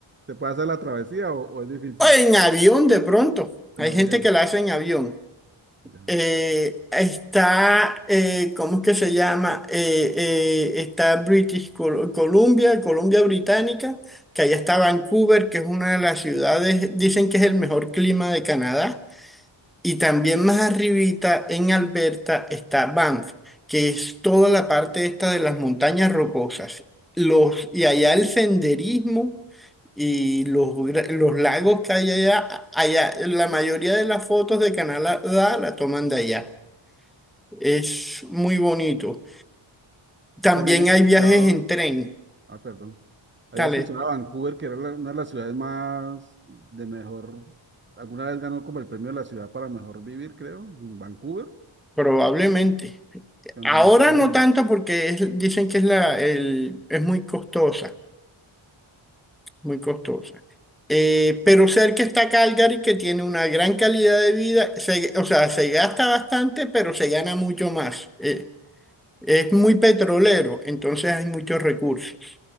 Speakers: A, on the right; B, in the centre.
A: ¿Se puede hacer la travesía o, o es difícil?
B: O en avión de pronto. Hay
A: En avión.
B: gente que la hace en avión.
A: Ya.
B: Eh, está, eh, ¿cómo es que se llama? Eh, eh, está British Col- Columbia, Columbia Británica, que allá está Vancouver, que es una de las ciudades, dicen que es el mejor clima de Canadá. Y también más arribita en Alberta está Banff, que es toda la parte esta de las montañas rocosas. Los, y allá el senderismo y los, gra- los lagos que hay allá, allá, la mayoría de las fotos de Canadá la toman de allá. Es muy bonito. También
A: Yo también he escuchado,
B: hay viajes en tren,
A: ah, perdón, había
B: dale,
A: escuchado a Vancouver, que era la- una de las ciudades más de mejor, alguna vez ganó como el premio de la ciudad para mejor vivir, creo, en Vancouver,
B: probablemente.
A: donde
B: Ahora
A: mejor se
B: no
A: vive.
B: tanto porque es- dicen que es, la, el, es muy costosa. muy costosa. Eh, pero cerca está Calgary, que tiene una gran calidad de vida. Se- o sea, se gasta bastante, pero se gana mucho más. Eh, es muy petrolero, entonces hay muchos recursos.